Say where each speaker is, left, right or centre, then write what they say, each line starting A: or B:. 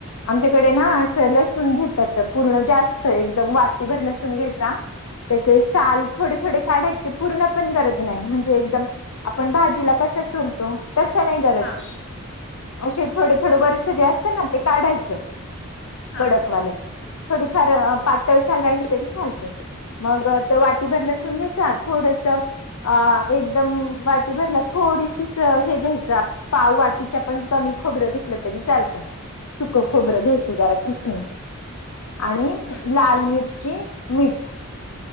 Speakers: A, on the left; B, on the left.
A: आमच्याकडे ना
B: हा
A: असं लसूण घेतात पूर्ण जास्त एकदम वाटीभर लसूून घ्यायचा त्याचे साल
B: हा
A: थोडे थोडे काढायचे पूर्ण पण गरज नाय म्हणजे एकदम आपण भाज जीला कस सोलतो तस नाय गरज
B: हा
A: असे थोड थोडं वरच जे असत ना ते काढायचं
B: हा
A: कडकवालं. थोडीफार पातळीसाल राहिली तरी चालतय. मग ते वाटीभर लसूण घ्यायचा थोडस अ एकदम वाटी भरला थोडीशीच हे घ्यायचं, पाव वाटीच्या पण कमी खोबरं घे लं, तरी चालतं. सुख खोबरं घ्यायचं जरा किसून आणि
B: हम!
A: लाल, मिरची मीठ.